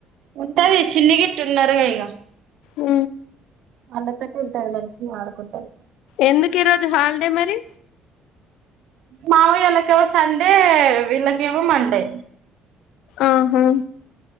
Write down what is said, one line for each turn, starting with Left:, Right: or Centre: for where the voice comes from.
Right: ఉంటది చిన్ని గిట్ట ఉన్నారు ఇగా
Left: ఉ
Right: వాళ్ళ పెట్టటి వెళ్ంటారు మనిషని ఆడుకుంటారు
Left: ఎందుకు ఈరోజు హాలిడే మరి
Right: మావాయోళ్ళకేవో సండే వీళ్ళకేవో మండే
Left: ఆహా